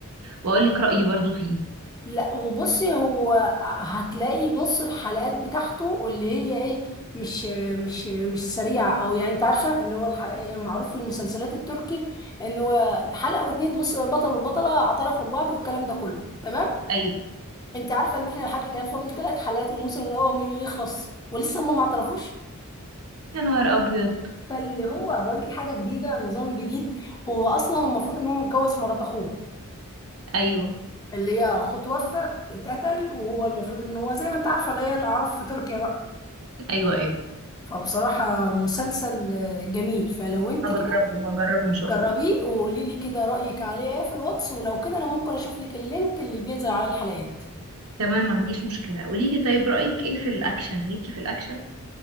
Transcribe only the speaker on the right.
وهقول لك رأيي برضو فيه
ايوه
يا نهار ابيض
ايوه
ايوه ايوه
هجربه
هجربه ان شاء
الله
تمام ما عنديش مشكلة قولي لي طيب رأيك ايه في الاكشن ليكي في الاكشن